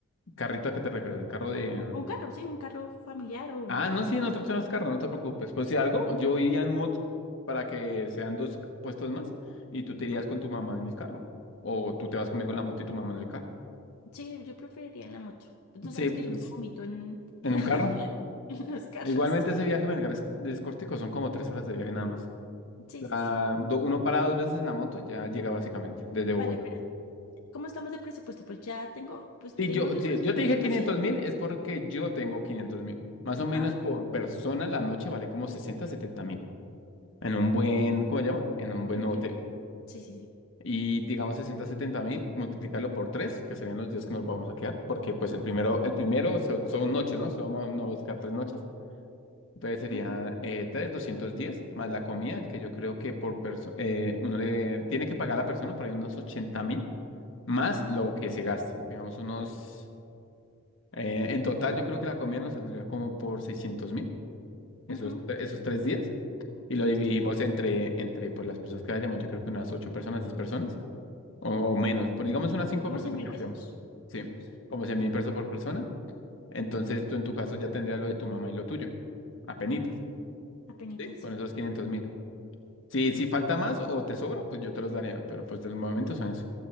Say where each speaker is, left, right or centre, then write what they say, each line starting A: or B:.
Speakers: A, on the left; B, on the left.
A: ¿Carrito a qué te refieres? ¿El carro de...?
B: Un, un carro, sí, un carro familiar o
A: Ah,
B: un...
A: no,
B: un-
A: sí, nosotros tenemos carro, no te preocupes. Pues si algo, yo iría en moto para que sean dos puestos más y tú te irías
B: ujú.
A: con tu mamá en el carro. O tú te vas conmigo en la moto y tu mamá en el carro.
B: Sí, yo preferiría la moto. Tú
A: Sí,
B: sabes
A: pues,
B: que yo me vomito en,
A: en
B: en la-
A: un carro.
B: <laughs> en los carros.
A: E Igualmente ese viaje me es, es cortico, son como tres horas de viaje nada más.
B: Sí,
A: O
B: sí,
A: sea,
B: sí. sí.
A: do- uno para dos veces en la moto, ya llega básicamente desde Bogotá.
B: Vale, pero... ¿Cómo estamos de presupuesto? Pues ya tengo, pues
A: Sí,
B: tengo
A: yo,
B: en el
A: si
B: bolsillo
A: yo te
B: un
A: dije
B: millón
A: quinientos
B: doscientos.
A: mil, es porque yo tengo quinientos mil. Más o menos
B: Ajá.
A: por persona la noche vale como 60 70 mil. En un buen, ¿cómo se llama? En un buen
B: En un
A: hotel.
B: buen. Sí, sí, sí.
A: Y digamos 60 70 mil, multiplicarlo por tres, que serían los días que nos vamos a quedar, porque pues el primero, el primero son, son noches, ¿no? Somos, no vamos a quedar tres noches. Entonces serían
B: Ujú,
A: eh, tres, doscientos 210 más la comida, que yo creo que por persona, uno le tiene que pagar a la persona por ahí unos ochenta mil, más lo que se gaste. Digamos, unos. eh, en total, yo creo que la comida nos saldría como por seiscientos mil, esos,
B: ujú.
A: esos tres días, y lo
B: Los
A: dividimos
B: tres.
A: entre, entre pues, las personas que vayamos. Yo creo que unas 8 personas, 10 personas, o, o menos, por digamos unas 5
B: ¿Como
A: personas
B: cien mil
A: que
B: pesos?
A: vayamos. Sí,
B: Pues,
A: como cien mil
B: Son
A: pesos por persona. Entonces tú en tu caso ya tendrías lo de tu mamá y lo tuyo, apenitas.
B: apenitas,
A: Sí, con
B: sí.
A: esos quinientos mil. Si, si falta más o te sobra, pues yo te los daría, pero pues del momento son eso.